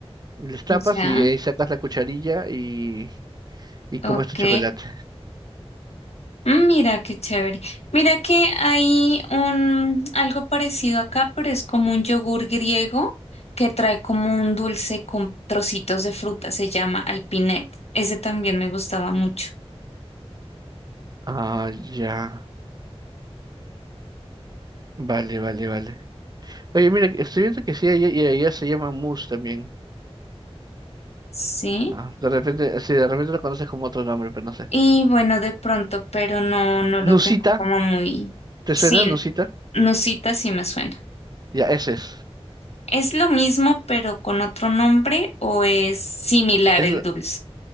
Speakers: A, on the right; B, on the left.
A: Les tapas
B: ya,
A: y ahí sacas la cucharilla y, y comes
B: ok.
A: tu chocolate.
B: Mm, Mira qué chévere. Mira que hay un algo parecido acá, pero es como un yogur griego que trae como un dulce con trocitos de fruta, se llama alpinet. Ese también me gustaba mucho.
A: Ah, ya. Vale, vale, vale. Oye, mira, estoy viendo que sí, allá, y allá se llama mousse también.
B: Sí.
A: Ah, de repente, sí, de repente lo conoces como otro nombre, pero no sé.
B: Y bueno, de pronto, pero no no lo
A: Nusita,
B: tengo como muy
A: ¿te
B: sin
A: suena, Nusita?
B: Nusita sí me suena.
A: Ya, ese es.
B: ¿Es lo mismo pero con otro nombre o es similar
A: Es,
B: el
A: lo-
B: dulce?